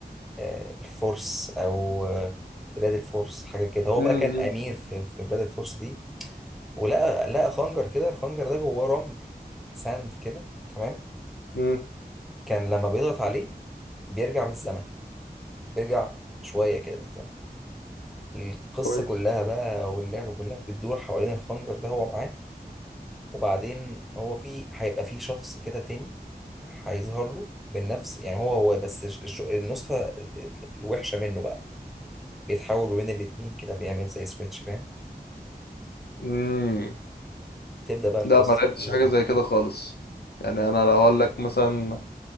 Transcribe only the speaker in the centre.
آه، الفرس او آه، بلاد الفرس حاجه كده هو
بقى كان امير في في بلاد الفرس دي ولقى لقى خنجر كده الخنجر ده جواه رمل ساند كده تمام
كان لما بيضغط عليه بيرجع بالزمن بيرجع شويه كده بالزمن القصة
كلها بقى واللعبة كلها بتدور حوالين الخنجر ده هو معاه وبعدين هو في هيبقى في شخص كده تاني هيظهر له بالنفس يعني هو هو بس الش- الش- النسخة ال- ال- الوحشة منه بقى بيتحول ما بين الاتنين كده بيعمل زي سويتش فاهم
تبدأ بقى القصة
تدور
وبتاع